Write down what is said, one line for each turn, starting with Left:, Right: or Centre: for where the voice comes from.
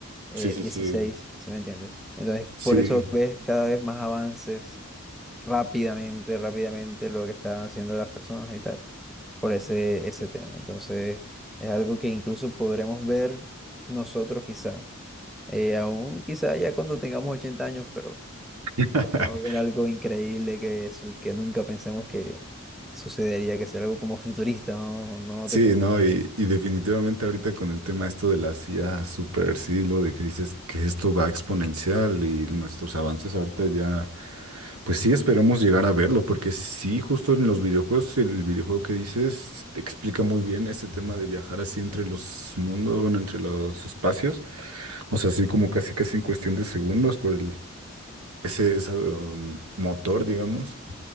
Centre: eh,
Right: Sí, sí,
Centre: 16,
Right: sí.
Centre: ¿sí me entiendes? Entonces,
Right: Sí.
Centre: por eso ves cada vez más avances rápidamente, rápidamente lo que están haciendo las personas y tal, por ese, ese tema. Entonces, es algo que incluso podremos ver nosotros quizá, eh, aún quizá ya cuando tengamos 80 años, pero
Right: <laughs>
Centre: Podríamos ver algo increíble que, su- que nunca pensemos que sucedería, que sea algo como futurista, ¿no? No
Right: Sí,
Centre: te puedo
Right: no, y, y definitivamente ahorita con el tema esto de la IA super siglo, de que dices que esto va exponencial y nuestros
Centre: decir.
Right: avances ahorita ya, pues sí esperamos llegar a verlo, porque sí, justo en los videojuegos, el videojuego que dices te explica muy bien ese tema de viajar así entre los mundos, bueno, entre los espacios, o sea, así como casi casi en cuestión de segundos por el, ese, esa, um, motor, digamos.